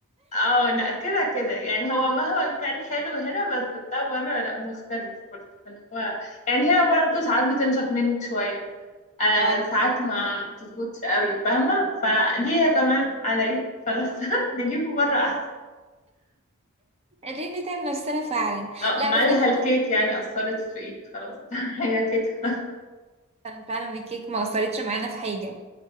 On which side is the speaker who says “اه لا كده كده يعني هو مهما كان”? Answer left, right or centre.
Left